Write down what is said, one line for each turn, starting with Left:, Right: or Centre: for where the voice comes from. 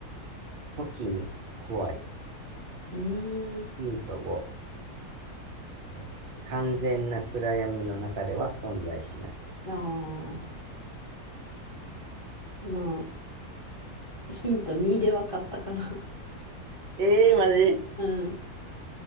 Right: 時に怖い。
Left: うーん。
Right: ヒント5、えー完全な暗闇の中では存在しない。
Left: ああ、まあ、ヒント2で分かったかな。
Right: えー、マジ
Left: <laughs> うん。